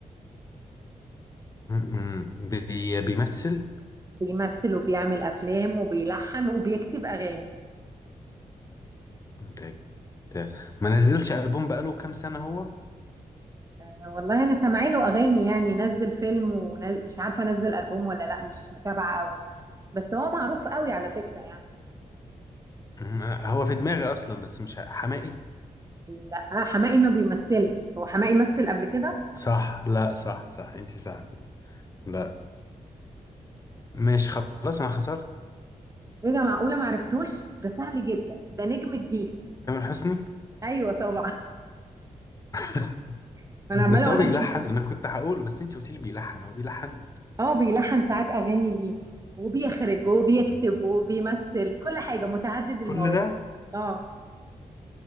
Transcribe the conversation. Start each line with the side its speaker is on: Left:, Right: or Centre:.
Left: مم. بي بيمثل
Right: بيمثل وبيعمل أفلام وبيلحن وبيكتب أغاني
Left: انت أنت- ما نزلش البوم بقاله كام سنه هو
Right: آه، والله أنا سامعه له أغاني يعني نزل فيلم ومش عارفة نزل ألبوم ولا لأ مش متابعة قوي بس هو معروف قوي على فكرة يعني
Left: مم. آه، هو في دماغي اصلا بس مش ه- حماقي
Right: لا آه، حماقي ما بيمثلش هو حماقي مثل قبل كده
Left: صح لا صح صح انت صح كنت لا ماشي خلاص انا خسرت
Right: ايه ده معقولة معرفتوش ده سهل جدا ده نجم الجيل
Left: تامر حسني
Right: ايوه طبعا
Left: <laughs>
Right: <laughs> انا عماله
Left: بس
Right: اقول
Left: هو بيلحن
Right: لك
Left: انا كنت هقول بس انت قلت لي بيلحن هو بيلحن
Right: اه بيلحن ساعات اغاني ليه وبيخرج وبيكتب
Left: مم.
Right: وبيمثل كل حاجه متعدد
Left: كل
Right: المواهب
Left: ده
Right: اه